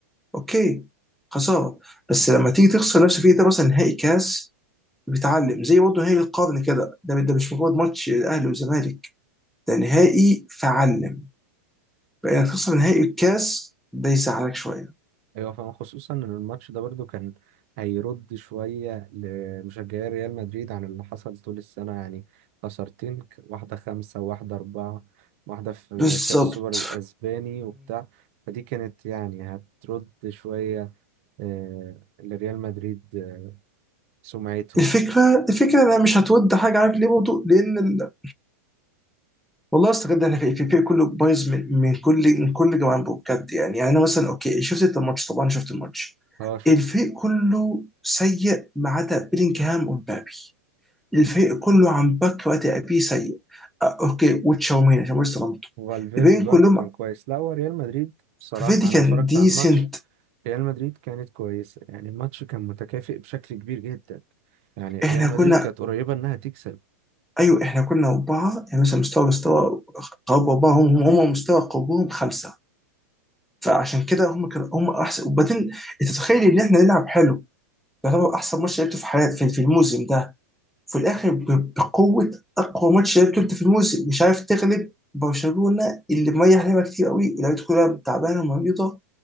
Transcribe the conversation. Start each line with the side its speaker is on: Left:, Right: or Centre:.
Centre: اوكي خساره بس لما تيجي تخسر نفس الفريق ده مثلا نهائي كاس بتتعلم زي برضه نهائي القرن كده ده ده مش مجرد ماتش الاهلي والزمالك ده نهائي فعلم بقى تخسر نهائي الكاس ده يزعلك شويه
Right: أيوة فاهم خصوصا إن الماتش ده برضو كان هيرد شوية لمشجعي ريال مدريد عن اللي حصل طول السنة يعني خسارتين ك- واحدة خمسة وواحدة أربعة واحدة في
Centre: بالظبط
Right: كأس السوبر الأسباني وبتاع فدي كانت يعني هترد شوية آه، لريال مدريد آه، سمعته
Centre: الفكره
Right: <laughs>
Centre: الفكره انها مش هتود حاجه عارف ليه برضه لان ال... والله استغربت احنا في الفريق كله بايظ من من كل من كل جوانبه بجد يعني يعني انا مثلا اوكي شفت انت الماتش طبعا شفت الماتش
Right: اه شفت
Centre: الفريق كله سيء ما عدا بيلينجهام ومبابي الفريق كله عن باك وقت ابي سيء آه، اوكي وتشاوميني عشان لسه ظلمته
Right: وفالفيردي
Centre: الباقيين
Right: برضو
Centre: كلهم
Right: كان كويس لا هو ريال مدريد بصراحة
Centre: ففيدي
Right: أنا
Centre: كان
Right: اتفرجت
Centre: ديسنت
Right: على الماتش ريال مدريد كانت كويسة يعني الماتش كان متكافئ بشكل كبير جدا يعني ريال
Centre: احنا
Right: مدريد
Centre: كنا
Right: كانت قريبة إنها تكسب
Centre: ايوه احنا كنا اربعه يعني مثلا مستوى مستوى قرب اربعه هم هم هم مستوى قربهم خمسه فعشان كده هم كانوا هم احسن وبعدين انت تتخيل ان احنا نلعب حلو يعتبر احسن ماتش لعبته في حياتي في في الموسم ده في الاخر ب- بقوه اقوى ماتش لعبته انت في الموسم مش عارف تغلب برشلونه اللي مريح لعبه كتير قوي ولعبته كلها تعبانه ومريضه